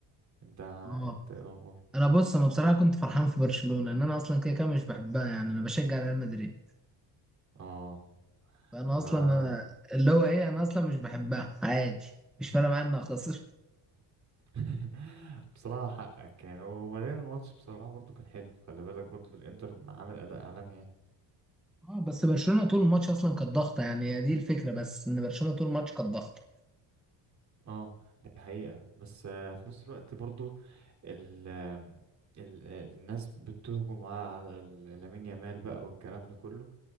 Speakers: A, on the right; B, in the centre.
A: انت
B: اه
A: انت ايه الاخبار
B: انا بص انا بصراحه كنت فرحان في برشلونه ان انا اصلا كده كده مش بحبها يعني انا بشجع ريال مدريد
A: اه
B: فانا
A: ما
B: اصلا
A: انا
B: أنا اللي هو ايه انا اصلا مش بحبها عادي مش فارقه معايا انها خسر
A: <laughs> بصراحة حقك يعني وبعدين الماتش بصراحة برضو كان حلو خلي بالك برضو الانتر عامل اداء عالمي يعني
B: اه بس برشلونه طول الماتش اصلا كانت ضاغطه يعني هي دي الفكره بس ان برشلونه طول الماتش كانت ضاغطه
A: اه دي حقيقة بس آه، في نفس الوقت برضو ال ال الناس بتهجم على ال- لامين يامال بقى والكلام ده كله